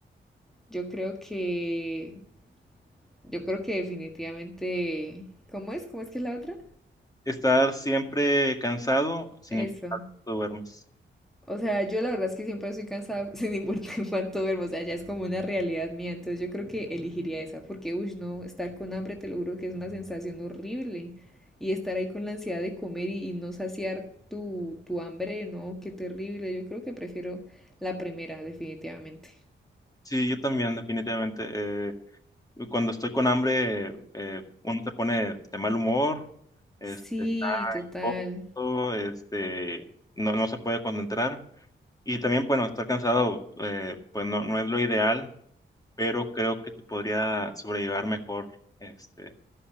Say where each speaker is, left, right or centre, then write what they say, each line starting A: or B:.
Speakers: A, in the centre; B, on the left.
A: Yo creo que yo creo que definitivamente ¿Cómo es? ¿Cómo es que es la otra?
B: Estar siempre cansado, sin
A: Eso.
B: importar cuánto duermas.
A: O sea, yo la verdad es que siempre estoy cansada <laughs> sin importar cuánto duermo, o sea, ya es como una realidad mía, entonces yo creo que elegiría esa, porque, uy, no, estar con hambre te lo juro que es una sensación horrible, y estar ahí con la ansiedad de comer y, y no saciar tu, tu hambre, no, qué terrible, yo creo que prefiero la primera, definitivamente.
B: Sí, yo también, definitivamente. eh, cuando estoy con hambre, eh, uno se pone de mal humor, este,
A: Sí,
B: está
A: total.
B: corto, este, no, no se puede concentrar. Y también, bueno, estar cansado, eh, pues no, no es lo ideal, pero creo que se podría sobrellevar mejor este,